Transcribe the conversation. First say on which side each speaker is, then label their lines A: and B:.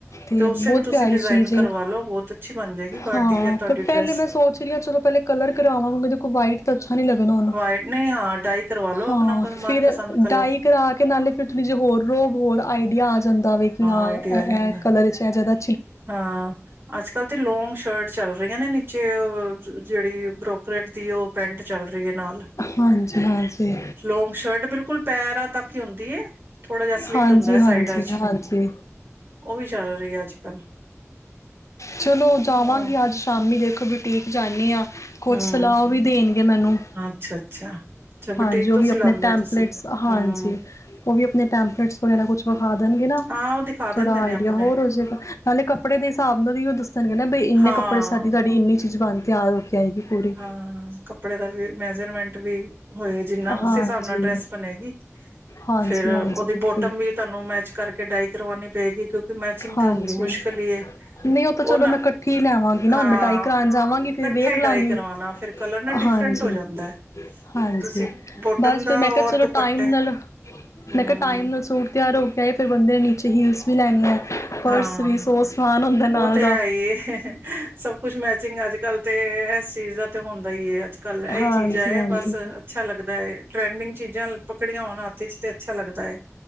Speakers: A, on the left; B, on the right.
A: ਤੇ
B: ਉਸੇ
A: ਬਹੁਤ
B: ਨੂੰ ਤੁਸੀਂ
A: ਪਿਆਰੀ
B: ਡਿਜ਼ਾਇਨ
A: ਚੀਜ਼
B: ਕਰਵਾ ਲਓ ਬਹੁਤ ਅੱਛੀ ਬਣ ਜਾਏਗੀ ਪਾਰਟੀ
A: ਹਾਂ,
B: ਵੇਅਰ ਤੁਹਾਡੀ
A: ਪਰ ਪਹਿਲੇ
B: ਡਰੈਸ
A: ਮੈਂ ਸੋਚ ਰਹੀ ਹਾਂ, ਚਲੋ ਪਹਿਲੇ ਕਲਰ ਕਰਾਵਾਂਗੇਗੇ, ਦੇਖੋ ਵਾਈਟ ਤਾਂ ਅੱਛਾ ਨੀ ਲੱਗਣਾ ਉਹਨੂੰ,
B: ਵਾਈਟ ਨਹੀਂ ਹਾਂ ਡਾਈ ਕਰਵਾ ਲਓ
A: ਹਾਂ
B: ਆਪਣਾ ਪ
A: ਫਿਰ
B: ਮਨਪਸੰਦ ਕਲਰ
A: ਡਾਈ ਕਿ ਨਾਲੇ ਫਿਰ ਥੋੜ੍ਹੀ ਜਿਹੀ ਹੋਰ ਰੋ, ਹੋਰ ਆਈਡੀਆ ਆ ਜਾਂਦਾ ਵੇ ਕਿ ਹਾਂ,
B: ਆਈਡੀਆ ਆ
A: ਇਹ
B: ਜਾਂਦਾ
A: ਕਲਰ 'ਚ ਇਹ ਜਿਆਦਾ।
B: ਹਾਂ, ਅੱਜ ਕੱਲ੍ਹ ਤੇ ਲੋਂਂਗ ਸ਼ਰਟ ਚੱਲ ਰਹੀਆਂ ਨੇ। ਚ। ਜਿਹੜੀ ਬਰੋਕਰੇਟ ਦੀ ਉਹ ਪੈਂਟ ਚੱਲ ਰਹੀ ਹੈ ਨਾਲ
A: ਹਾਂਜੀ ਹਾਂਜੀ
B: ਲੋਂਗ ਸ਼ਰਟ, ਬਿਲਕੁਲ ਪੈਰਾਂ ਤੱਕ ਹੀ ਹੁੰਦੀ, ਥੋੜਾ ਜ ਸਲਿਟ
A: ਹਾਂਜੀ
B: ਹੁੰਦਾ ਹੈ
A: ਹਾਂਜੀ
B: ਸਾਈਡ ਚ,
A: ਹਾਂਜੀ
B: ਉਹ ਵੀ ਚੱਲ। ਅੱਜ ਕੱਲ੍ਹ।
A: ਚਲੋ, ਜਾਵਾਂਗੇ
B: ਹੂੰ
A: ਅੱਜ ਸ਼ਾਮੀ, ਦੇਖੋ ਬੁਟੀਕ ਜਾਂਨੀ ਆਂ। ਕੁਝ
B: ਹੂੰ
A: ਸਲਾਹ ਵੀ ਦੇਣ ਮੈਨੂੰ
B: ਅੱਛਾ ਅੱਛਾ ਅੱਛਾ
A: ਹਾਂਜੀ,
B: ਬੁਟੀਕ
A: ਉਹ
B: ਤੋਂ
A: ਵੀ ਆਪਣੇ
B: ਸਿਲਾਉਂਦੇ
A: ਟੈਂਪਲੇਟਸ,
B: ਹੋ ਤੁਸੀਂ
A: ਹਾਂਜੀ
B: ਹੂੰ
A: ਉਹ ਵੀ ਆਪਣੇ ਟੈਂਪਲੇਟਸ ਵਗੈਰਾ ਕੁਛ ਵਿਖਾ ਦੇਣ। ਨਾ,
B: ਹਾਂ ਉਹ ਦਿਖਾ
A: ਥੋੜਾ
B: ਦਿੰਦੇ ਨੇ
A: ਆਈਡੀਆ
B: ਆਪਣੇ
A: ਹੋਰ ਉਸ ਜੇਗਾ। ਨਾਲੇ ਕੱਪੜੇ ਦੇ ਹਿਸਾਬ ਨਾਲ ਹੀ ਉਹ ਦੱਸਣ ਗੇ ਨਾਂ ਬਈ ਇੰਨੇ
B: ਹਾਂ
A: ਕੱਪੜੇ ਚ, ਸਾਡੀ ਸਾਡੀ ਇੰਨੀ ਚੀਜ਼ ਬਣਦੀ। ਤਿਆਰ ਕੇ ਆਏਗੀ ਪੂਰੀ
B: ਹਾਂ, ਕੱਪੜੇ ਦਾ ਵੀ ਮੈਜਰਮੈਂਟ ਵੀ। ਹੋਏ, ਜਿੰਨਾ
A: ਹਾਂਜੀ
B: ਉਸੇ ਹਿਸਾਬ ਨਾਲ ਡਰੈਸ ਬਣੇਗੀ,
A: ਹਾਂਜੀ
B: ਫੇਿਰ
A: ਹਾਂਜੀ
B: ਉਹਦੀ
A: ਬਿਲਕੁਲ
B: ਬੋਟਮ ਵੀ ਤੁਹਾਨੂੰ ਮੈਚ ਕਰਕੇ ਡਾਈ ਕਰਵਾਣੀ ਪਏਗੀ, ਕਿਉਂਕਿ ਮੈਚਿੰਗ
A: ਹਾਂਜੀ
B: ਤੇ ਹੁੰਦੀ ਮੁਸ਼ਕਿਲ ਹੀ।
A: ਨਹੀਂ ਤਾਂ
B: ਉਹ
A: ਚਲੋ
B: ਨਾ,
A: ਮੈਂ ਇਕੱਠੀ ਲੈਵਾਂਗੀ ਨਾ
B: ਹਾਂ
A: ਹੁਣ ਮਿਟਾਈ ਕਰਾਉਣ ਜਾਵਾਂਗੀ ਫਿਰ
B: ਇਕੱਠਾ
A: ਵੇਖ
B: ਹੀ
A: ਲਾਂਗੀ
B: ਡਾਈ। ਫਿਰ ਕਲਰ ਨਾ ਡਿਫਰੈਂਟ
A: ਹਾਂਜੀ
B: ਹੋ ਜਾਂਦਾ
A: ਹਾਂਜੀ
B: ਤੁਸੀਂ ਬੋਟਮ
A: ਬਸ
B: ਦਾ
A: ਫਿਰ ਮੈਂ ਕਿਹਾ
B: ਔਰ
A: ਚਲੋ
B: ਦੁਪੱਟੇ
A: ਟਾਈਮ ਨਾਲ
B: ਹੂੰ
A: ਮੈਂ ਕਿਹਾ ਟਾਈਮ ਨਾਲ ਸੂਟ ਤਿਆਰ ਹੋ। <inaudible> ਫਿਰ ਬੰਦੇ ਨੇ ਨੀਚੇ ਹੀਲਸ ਵੀ ਲੈਣੀ ਹੈ। ਪਰਸ
B: ਹਾਂ
A: ਵੀ ਸੌ ਸਮਾਨ ਹੁੰਦਾ ਨਾਲ
B: ਉਹ ਤੇ
A: ਦਾ
B: ਹੈ ਹੀ ਸਭ ਕੁਛ ਮੈਚਿੰਗ ਅੱਜ ਕੱਲ ਤੇ ਇਸ ਚੀਜ਼ ਦਾ ਹੁੰਦਾ ਈ ਹੈ ਅੱਜ ਕੱਲ ਇਹੀ
A: ਹਾਂਜੀ
B: ਚੀਜ਼ਾਂ
A: ਹਾਂਜੀ
B: ਬਸ ਅੱਛਾ ਲੱਗਦਾ ਹੈ ਟਰੈਂਡਿੰਗ ਚੀਜ਼ਾਂ ਪਕੜੀਆਂ ਹੋਣ ਹੱਥ ਚ ਤੇ ਅੱਛਾ ਲੱਗਦਾ ਹੈ